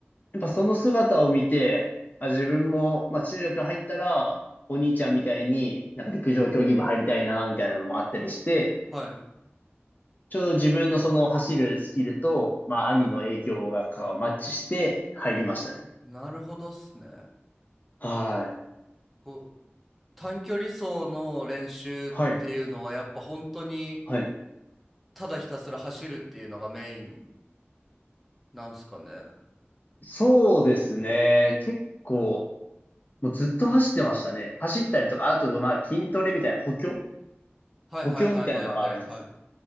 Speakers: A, on the left; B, in the centre.
A: やっぱその姿を見て、あ、自分も、まあ中学入ったら、お兄ちゃんみたいになんか陸上競技部入りたいな、みたいなのもあったりして、
B: はい。
A: ちょうど自分のその走るスキルと、まあ兄の影響がかマッチして入りましたね。
B: なるほどっすね。
A: はい。
B: こう、短距離走の練習っていうのはやっぱ本当に
A: はい。はい。
B: ただひたすら走るっていうのがメインなんすかね。
A: そうですね。結構、もうずっと走ってましたね。走ったりとか、あとまあ筋トレみたいな補強
B: はいはいはいはいはいはい。
A: 補強みたいなのがあるんです。